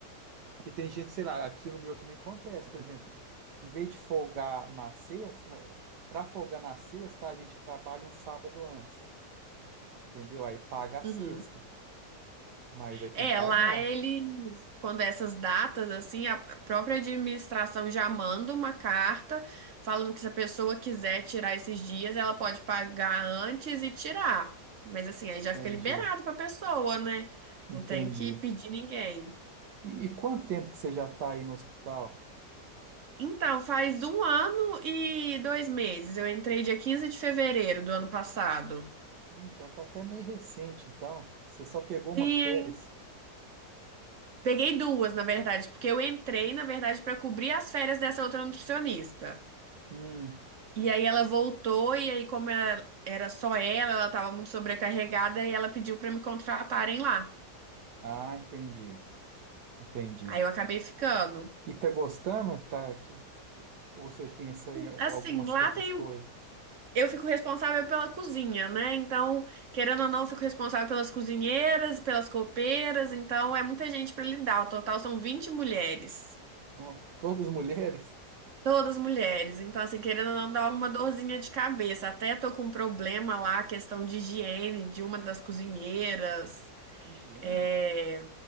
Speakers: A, on the right; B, on the right.
A: Porque tem gente, sei lá, aqui no meu também acontece, por exemplo, em vez de folgar na sexta, para folgar na sexta, a gente trabalha um sábado antes, entendeu? Aí paga a sexta,
B: Uhum.
A: mas aí tem
B: É,
A: que pagar.
B: lá eles, quando essas datas, assim, a própria administração já manda uma carta falando que se a pessoa quiser tirar esses dias, ela pode pagar antes e tirar. Mas assim, aí já
A: Entendi,
B: fica liberado pra pessoa, né?
A: entendi.
B: Não tem que pedir ninguém.
A: E, e quanto tempo que você já está aí no hospital?
B: Então, faz um ano e dois meses. Eu entrei dia 15 de fevereiro do ano passado.
A: Hum, então tá até meio recente, então. Você só pegou uma
B: Sim,
A: férias.
B: Peguei duas, na verdade, porque eu entrei, na verdade, para cobrir as férias dessa outra nutricionista.
A: Hum.
B: E aí ela voltou, e aí, como ela- era só ela, ela estava muito sobrecarregada, e ela pediu para me contratarem lá.
A: Ah, entendi, entendi.
B: Aí eu acabei ficando.
A: E tá gostando? Tá aqui? Ou você pensa em algumas
B: Assim, lá
A: outras
B: tem.
A: coisas?
B: um, Eu fico responsável pela cozinha, né? Então, querendo ou não, eu fico responsável pelas cozinheiras, pelas copeiras, então é muita gente para lidar. O total são 20 mulheres.
A: Nossa, todas mulheres?
B: Todas mulheres. Então, assim, querendo ou não, dá uma dorzinha de cabeça. Até tô com um problema lá, questão de higiene de uma das cozinheiras.
A: Higiene?
B: É,